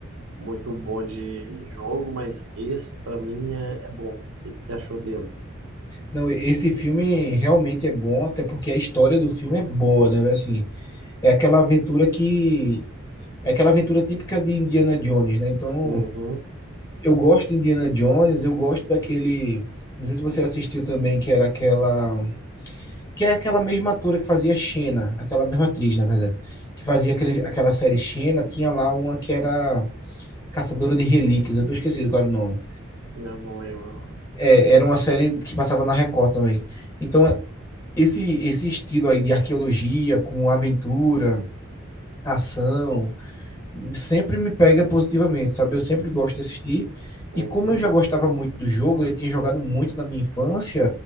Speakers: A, on the right; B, on the left.
A: muito bom de jogo, mas esse pra mim é, é bom. O que que você achou dele?
B: Não, esse filme realmente é bom, até porque a história do filme é boa, né? velho? Assim, é aquela aventura que... É aquela aventura típica de Indiana Jones, né? Então,
A: Uhum,
B: eu gosto de Indiana Jones, eu gosto daquele... Não sei se você assistiu também, que era aquela... que é aquela mesma atora que fazia Xena, aquela mesma atriz, na verdade, que fazia aquele, aquela série Xena, tinha lá uma que era Caçadora de Relíquias, eu tô esquecido qual era o nome.
A: eu não lembro.
B: É, era uma série que passava na Record também. Então, esse, esse estilo aí de arqueologia, com aventura, ação, sempre me pega positivamente, sabe? Eu sempre gosto de assistir.
A: Uhum.
B: E como eu já gostava muito do jogo, eu tinha jogado muito na minha infância,